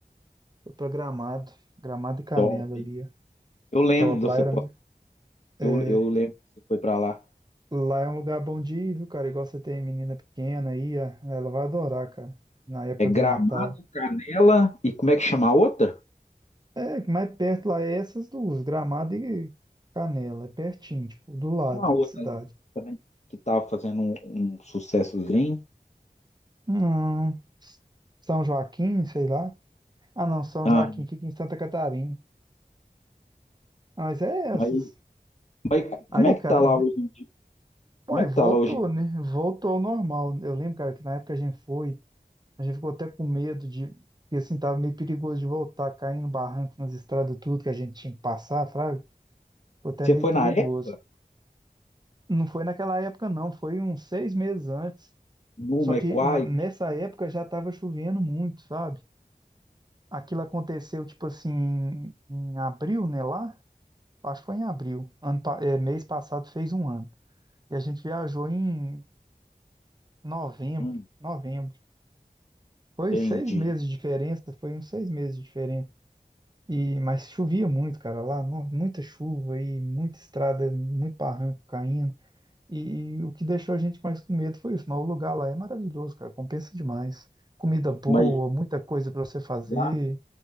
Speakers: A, on the right; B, on the left.
A: foi pra Gramado. Gramado e Canela
B: Top, hein?
A: ali, ó.
B: Eu lembro
A: Top.
B: de você,
A: Lá era,
B: pô.
A: é,
B: eu, eu lembro que você foi pra lá.
A: lá é um lugar bom de ir, viu, cara? Igual você tem menina pequena aí, ó, ela vai adorar, cara. Na época
B: É Gramado,
A: do Natal.
B: Canela e como é que chama a outra?
A: É, que mais perto lá é essas duas, Gramado e Canela, é pertinho, tipo, do lado
B: Tem uma
A: da
B: outra
A: cidade.
B: lá também que tá fazendo um, um sucessozinho.
A: Não, São Joaquim, sei lá. Ah, não, São
B: Ah,
A: Joaquim fica em Santa Catarina. Ah, Mas é essas.
B: mas, mas
A: Aí,
B: como é que
A: cara,
B: tá lá hoje em dia? Como
A: pô, aí
B: é que
A: voltou,
B: tá lá hoje? em dia?
A: né? Voltou ao normal. Eu lembro, cara, que na época a gente foi, a gente ficou até com medo de, porque assim, tava meio perigoso de voltar, caindo no barranco nas estradas, tudo que a gente tinha que passar, fraga. Ficou até
B: Você
A: meio
B: foi
A: perigoso.
B: na época?
A: Não foi naquela época, não, foi uns seis meses antes.
B: Numa
A: Só que
B: e quais?
A: na- nessa época já estava chovendo muito, sabe? Aquilo aconteceu, tipo assim, em em abril, né? Lá, acho que foi em abril. Ano, pa- é, mês passado fez um ano. E a gente viajou em novembro,
B: Hum,
A: novembro. Foi
B: entendi.
A: seis meses de diferença, foi uns seis meses de diferença. E, mas chovia muito, cara, lá, no- muita chuva e muita estrada, muito barranco caindo. E, e o que deixou a gente mais com medo foi isso. Mas o lugar lá é maravilhoso, cara. Compensa demais. Comida boa,
B: Mas
A: muita coisa para você fazer.
B: já